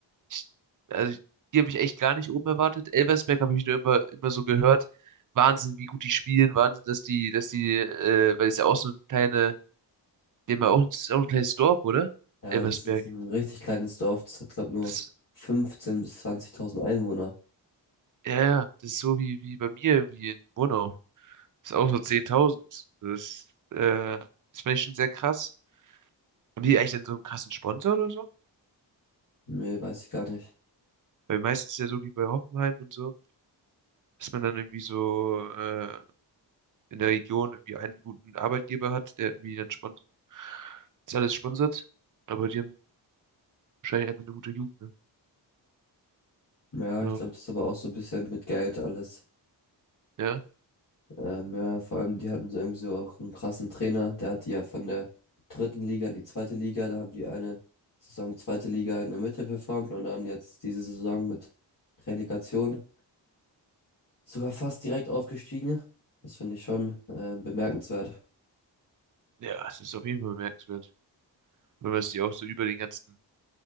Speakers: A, on the right (about 45°); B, on the left (about 45°).
A: ich, also, die habe ich echt gar nicht oben erwartet. Elversberg habe ich nur immer, immer so gehört. Wahnsinn, wie gut die spielen. Wahnsinn, dass die, dass die, äh, weil es ja auch so ein kleine, dem ja auch, das ist ja auch ein kleines Dorf, oder?
B: Ja,
A: Elversberg.
B: das ist ein richtig kleines Dorf. Das hat, glaube nur
A: Das,
B: 15.000 bis 20.000 Einwohner.
A: ja, ja, das ist so wie, wie bei mir, wie in Murnau. Das ist auch so zehntausend Das, äh, das fand ich schon sehr krass. Haben die eigentlich dann so einen krassen Sponsor oder so?
B: Nee, weiß ich gar nicht.
A: Weil meistens ja so wie bei Hoffenheim und so, dass man dann irgendwie so äh, in der Region irgendwie einen guten Arbeitgeber hat, der irgendwie dann sponsert, das alles sponsert. Aber die haben wahrscheinlich einfach eine gute Jugend, ne?
B: Ja,
A: Ja,
B: ich glaube, das ist aber auch so ein bisschen mit Geld alles.
A: ja.
B: Ähm, ja, vor allem, die hatten so irgendwie so auch einen krassen Trainer. Der hat die ja von der dritten Liga in die zweite Liga. Da haben die eine Saison zweite Liga in der Mitte performt und dann jetzt diese Saison mit Relegation sogar fast direkt aufgestiegen. Das finde ich schon äh, bemerkenswert.
A: Ja, es ist auf jeden Fall bemerkenswert. Wenn man es die auch so über den ganzen